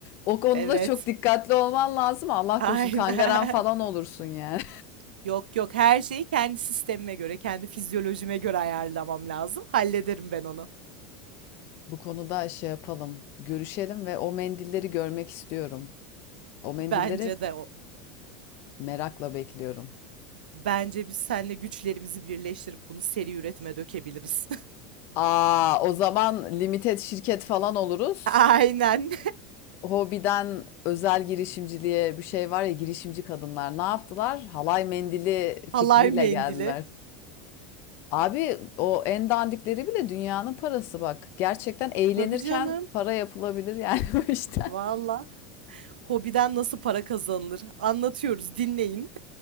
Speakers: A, on the left (about 55°); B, on the right (about 85°).
A: O konuda
B: Evet.
A: da çok dikkatli olman lazım. Allah
B: Aynen.
A: korusun kangaren falan olursun yani.
B: <laughs> Yok yok her şeyi kendi sistemime göre, kendi fizyolojime göre ayarlamam lazım. Hallederim ben onu.
A: <laughs> Bu konuda şey yapalım, görüşelim ve o mendilleri görmek istiyorum. O mendilleri
B: Bence de o.
A: merakla bekliyorum.
B: Bence biz seninle güçlerimizi birleştirip bunu seri üretime dökebiliriz.
A: Aa, o zaman limited şirket falan oluruz.
B: <laughs> Aynen.
A: Hobiden özel girişimciliğe bir şey var ya girişimci kadınlar ne yaptılar? Halay mendili
B: <laughs> Halay
A: fikriyle
B: mendili.
A: geldiler. Abi o en dandikleri bile dünyanın parası bak. Gerçekten eğlenirken
B: Tabii canım.
A: para yapılabilir yani <laughs> bu işten.
B: Valla. Hobiden nasıl para kazanılır? Anlatıyoruz, dinleyin.